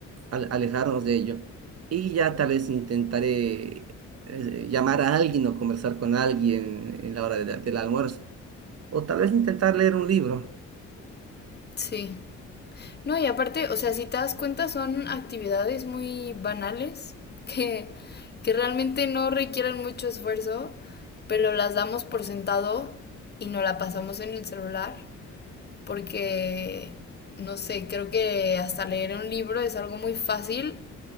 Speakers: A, on the right; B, on the left.
A: al- alejarnos de ello. Y ya tal vez intentaré eh, llamar a alguien o conversar con alguien en la hora de la- del almuerzo. O tal vez intentar leer un libro.
B: Sí. No, y aparte, o sea, si te das cuenta, son actividades muy banales que, que realmente no requieren mucho esfuerzo, pero las damos por sentado y no la pasamos en el celular porque, no sé, creo que hasta leer un libro es algo muy fácil,